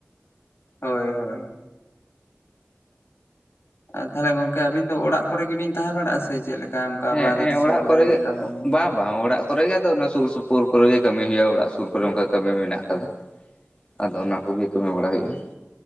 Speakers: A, on the left; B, on the left.
A: ᱦᱳᱭ ᱦᱳᱭᱼᱼ ᱟᱨ ᱛᱟᱦᱚᱞᱮ ᱜᱚᱝᱠᱮ ᱟᱹᱵᱤᱱ ᱫᱚ ᱚᱲᱟᱜ ᱠᱚᱨᱮ ᱜᱮᱵᱤᱱ ᱛᱟᱦᱮᱸ ᱵᱟᱲᱟᱜᱼᱟ ᱥᱮ ᱪᱮᱫ ᱞᱮᱠᱟᱼᱼ ᱟᱢᱠᱟ
B: ᱦᱮᱸ
A: ᱵᱟᱦᱮᱨᱮ
B: ᱦᱮᱸ
A: ᱫᱤᱥᱚᱢ
B: ᱚᱲᱟᱜ
A: ᱠᱚᱨᱮ
B: ᱜᱮ
A: ᱠᱟᱹᱢᱤ ᱠᱚ?
B: ᱵᱟᱝ ᱵᱟᱝ ᱚᱲᱟᱜ ᱠᱚᱨᱮ ᱜᱮ ᱟᱫᱚ ᱥᱩᱨ ᱥᱩᱯᱩᱨ ᱠᱚᱨᱮ ᱜᱮ ᱠᱟᱹᱢᱤ ᱦᱩᱭᱩᱜᱼᱟ᱾ ᱚᱲᱟᱜ ᱥᱩᱨ ᱠᱚᱨᱮ
A: ᱚ
B: ᱚᱱᱠᱟ ᱠᱟᱹᱢᱤ ᱢᱮᱱᱟᱜ ᱟᱠᱟᱫᱟ ᱟᱫᱚ ᱚᱱᱟ ᱠᱚᱜᱮ ᱠᱟᱹᱢᱤ ᱵᱟᱲᱟ ᱦᱩᱭᱩᱜ ᱜᱮᱭᱟ